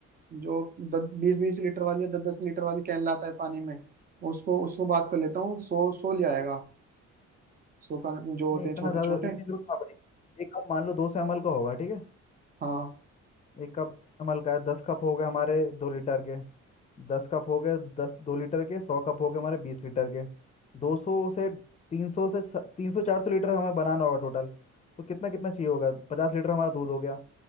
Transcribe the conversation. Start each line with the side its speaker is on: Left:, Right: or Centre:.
Right: जो दस बीस बीस लीटर वाली या दस दस लीटर वाली कैन लाता है पानी में उसको उसको बात कर लेता हूँ सौ सौ ले आएगा सौ का जो होते
Left: नहीं इतना
Right: हैं छोटे
Left: ज़्यादा
Right: छोटे
Left: इतनी जरूरत ना पड़ेगी एक कप मान लो दो सौ एम एल का होगा ठीक है
Right: हाँ
Left: एक कप नमल का है दस कप हो गए हमारे दो लीटर के दस कप हो गए दस दो लीटर के सौ कप हो गए हमारे बीस लीटर के दो सौ से तीन सौ से तीन सौ चार सौ लीटर हमें बनाना होगा टोटल तो कितना कितना चाहिए होगा पचास लीटर हमारा दूध हो गया